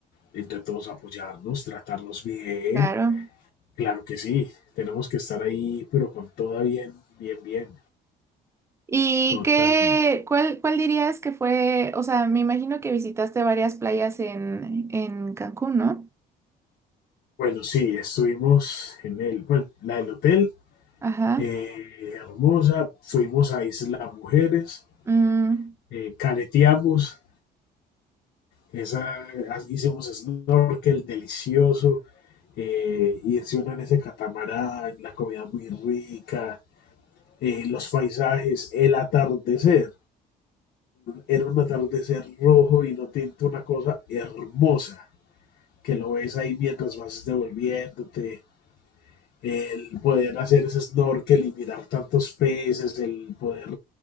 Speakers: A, on the left; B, on the right.
A: entre todos apoyarnos, tratarnos bien.
B: Claro.
A: Claro que sí, tenemos que estar ahí, pero con toda bien, bien, bien,
B: ¿Y
A: totalmente.
B: qué, cuál, cuál dirías que fue, o sea, me imagino que visitaste varias playas en, en Cancún, ¿no?
A: Bueno, sí, estuvimos en el, bueno, la del hotel,
B: Ajá.
A: eh, hermosa, fuimos a Isla Mujeres,
B: Mm,
A: eh, caleteamos, esa, hicimos snorkel delicioso, eh, irse uno en ese catamarán, la comida muy rica, eh, los paisajes, el atardecer. Era un atardecer rojo vino tinto, una cosa hermosa que lo ves ahí mientras vas devolviéndote, el poder hacer ese snorkel y mirar tantos peces, el poder